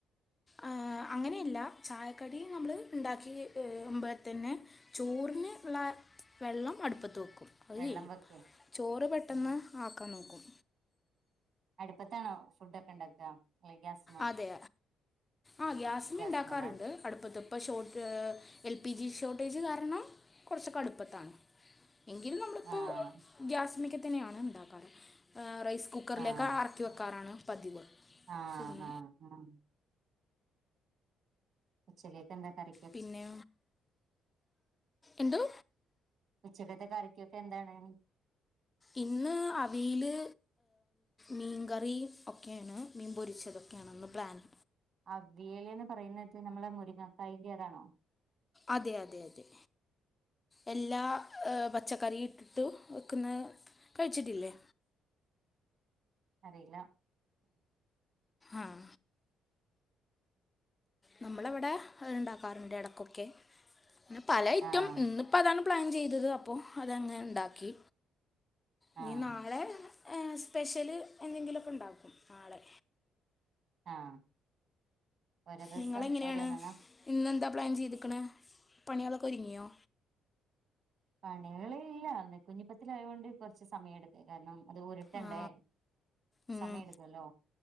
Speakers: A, on the left; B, on the right.
A: ആഹ് അങ്ങനെയല്ല ചായക്കടി നമ്മൾ ഉണ്ടാക്കിപോൾത്തന്നെ ചോറിന് ഉള്ള വെള്ളം അടുപ്പത്ത് വെക്കും അത്
B: വെള്ളം
A: ചെയ്യും
B: വെക്കെ
A: ചോറ് പെട്ടെന്ന്
B: ആ
A: ആക്കാൻ നോക്കും
B: അടുപ്പത്താണ ഫുഡ് ഒക്കെ ഉണ്ടാക്ക അല്ല ഗ്യാസ്
A: അതെ ആ ഗ്യാസ്മ
B: ഗ്യാസ്മല
A: ഉണ്ടാക്കാറുണ്ട് അടുപ്പത്ത ഇപ്പോൾ ഷോർ എൽ പി ജി ഷോർട്ടേജ് കാരണം കുറച്ചൊക്കെ അടുപ്പത്താണ് എങ്കിലും നമ്മളിപ്പോൾ
B: ആഹ്
A: ഗ്യാസ് മിക്കത്തിനെയാണ് ഉണ്ടാക്കാറ് റൈസ് കുക്കറിലേക്ക്
B: ആഹ്
A: അറക്കിവെക്കാറാണ് പതിവ്
B: ആഹ്
A: ഉം.
B: ആഹ് ആഹ് ഉച്ചെക്കേക്കെന്ത കറി
A: പിന്നെ എന്തോ
B: ഉച്ചക്കത്തെ കറിക്കൊക്കെ എന്താണ്
A: ഇന്ന് അവീല് മീൻ കറിയും ഒക്കെയാണ് മീൻ പൊരിച്ചതൊക്കെയണെന്ന് പ്ലാന്
B: അവിയലി എന്ന് പറയുന്നത് നമ്മെ മുരിങ്ങക്കായന്റെ അതാണോ
A: അതെ അതെ അതെ എല്ലാ പച്ചക്കറി ഇട്ടിട്ടും വയ്ക്കുന്ന കഴിച്ചിട്ടില്ലേ
B: അറിയില്ല
A: ആഹ് നമ്മളവിടെ ഉണ്ടാക്കാറുണ്ട് ഇടക്കൊക്കെ പിന്നെ പല ഐറ്റം
B: ആഹ്
A: ഇന്നിപ്പോ അതാണ് പ്ലാൻ ചെയ്തത് അപ്പോൾ അതങ്ങനെ ഉണ്ടാക്കി ഇനി
B: ആഹ്
A: നാളെ സ്പെഷ്യല് എന്തെങ്കിലുമൊക്കെ ഉണ്ടാക്കും നാളെ
B: ആഹ് ഓരോ ദിവസം
A: നിങ്ങളെങ്ങനെയാണ്
B: ഓരോന്നെന്നാ
A: ഇന്ന്ന്താ പ്ലാൻ ചെയ്തക്കണ പണികളൊക്കെ ഒരുങ്ങിയോ
B: പണികള് ഇല്ലായിന്ന് കുഞ്ഞിപ്പത്തില ആയൊണ്ട് കുറച്ച് സമയം എടുത്ത് കാരണം അത് ഉരുട്ടണ്ടേ
A: ആ ഉം,
B: സമയം എടുക്കല്ലോ